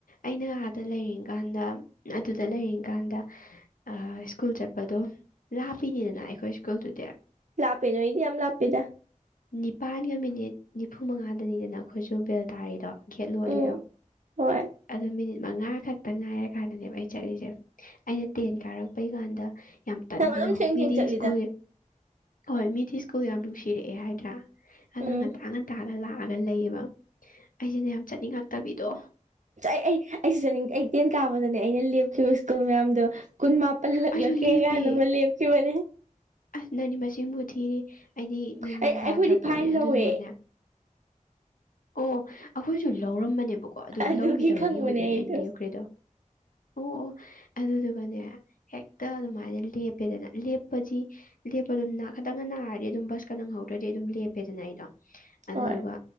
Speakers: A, on the left (about 85°); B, on the right (about 65°).
A: ꯑꯩꯅ ꯑꯥꯗ ꯂꯩꯔꯤ ꯀꯥꯟꯗ ꯑꯗꯨꯗ ꯂꯩꯔꯤ ꯀꯥꯟꯗ ꯑ ꯁ꯭ꯀꯨꯜ ꯆꯠꯄꯗꯣ ꯂꯥꯞꯄꯤꯅꯤꯗꯅ ꯑꯩꯈꯣꯏ ꯁ꯭ꯀꯨꯜꯗꯨꯗꯤ
B: ꯂꯥꯄꯦ ꯅꯣꯏꯗꯤ ꯌꯥꯝ ꯂꯥꯞꯄꯤꯗ
A: ꯅꯤꯄꯥꯜꯒ ꯃꯤꯅꯤꯠ ꯅꯤꯐꯨ ꯃꯉꯥꯗꯅꯤꯗꯅ ꯑꯩꯈꯣꯏꯁꯨ ꯕꯦꯜ ꯇꯥꯔꯤꯗꯣ ꯒꯦꯠ ꯂꯣꯜꯂꯤꯗꯣ
B: ꯎꯝ ꯍꯣꯏ
A: ꯑꯗꯣ ꯃꯤꯅꯤꯠ ꯃꯉꯥ ꯈꯛꯇ ꯉꯥꯏꯔꯀꯥꯟꯗꯅꯦꯕ ꯑꯩ ꯆꯠꯂꯤꯁꯦ ꯑꯩꯅ ꯇꯦꯟ ꯀꯥꯔꯛꯄꯩ ꯀꯥꯟꯗ ꯌꯥꯝ ꯇꯟꯕꯤꯗꯣ
B: ꯅꯪ ꯑꯗꯨꯝ ꯊꯦꯡ
A: ꯃꯤꯗꯤ
B: ꯊꯦꯡ ꯆꯠꯂꯤꯗ
A: ꯁ꯭ꯀꯨꯜ ꯍꯣꯏ ꯃꯤꯗꯤ ꯁ꯭ꯀꯨꯜ ꯌꯥꯝ ꯅꯨꯡꯁꯤꯔꯛꯑꯦ ꯍꯥꯏꯗ꯭ꯔꯥ ꯑꯗꯨꯅ
B: ꯎꯝ
A: ꯉꯟꯂ ꯉꯟꯂꯒ ꯂꯥꯛꯑꯒ ꯂꯩꯌꯦꯕ ꯑꯩꯁꯤꯅ ꯌꯥꯝ ꯆꯠꯅꯤꯡꯉꯇꯕꯤꯗꯣ
B: ꯑꯩ ꯑꯩꯁꯤ ꯆꯠꯅꯤꯡ ꯑꯩ ꯇꯦꯟ ꯀꯥꯕꯗꯅꯦ ꯑꯩꯅ ꯂꯦꯞꯈꯤꯕ ꯁ꯭ꯀꯨꯜ ꯃꯌꯥꯝꯗꯣ ꯀꯨꯟ ꯄꯜꯂꯛꯂꯛꯦꯒꯅꯃ
A: ꯑꯩꯁꯨ ꯂꯦꯞꯄꯦ
B: ꯂꯦꯞꯀꯤ ꯃꯅꯦ
A: ꯑꯁ ꯅꯅꯤꯕ ꯃꯁꯤꯡꯕꯨ ꯊꯤꯔꯤ ꯑꯩꯗꯤ ꯃꯦꯟꯃꯥꯟ
B: ꯑꯩ ꯑꯩꯈꯣꯏꯗꯤ
A: ꯇꯥꯗ꯭ꯔ ꯄꯣꯠꯅꯦ
B: ꯐꯥꯏꯟ
A: ꯑꯗꯨꯗꯨꯒꯅꯤ
B: ꯂꯧꯋꯦ
A: ꯑꯣ ꯑꯩꯈꯣꯏꯁꯨ ꯂꯧꯔꯝꯕꯅꯦꯕꯣ ꯀꯣ ꯑꯗꯨ
B: ꯑꯗꯨꯒꯤ
A: ꯂꯧꯈꯤꯗꯕꯒꯤ
B: ꯈꯪꯕꯅꯦ
A: ꯑꯣꯏꯗꯣꯏꯅꯦ
B: ꯑꯩꯗꯣ
A: ꯑꯩꯅ ꯂꯦꯞꯈ꯭ꯔꯦꯗꯣ ꯑꯣ ꯑꯣ ꯑꯗꯨꯗꯨꯒꯅꯦ ꯍꯦꯛꯇ ꯑꯗꯨꯃꯥꯏꯅ ꯂꯦꯞꯄꯦꯗꯅ ꯂꯦꯞꯄꯗꯤ ꯂꯦꯞꯄ ꯑꯗꯨꯝ ꯈꯛꯇꯪꯒ ꯅꯥꯔꯗꯤ ꯑꯗꯨꯝ ꯕꯁ ꯈ ꯅꯪ ꯍꯧꯗ꯭ꯔꯗꯤ ꯑꯗꯨꯝ ꯂꯦꯞꯄꯦꯗꯅ ꯑꯩꯗꯣ ꯑꯗꯨꯗꯨꯒ
B: ꯍꯣꯏ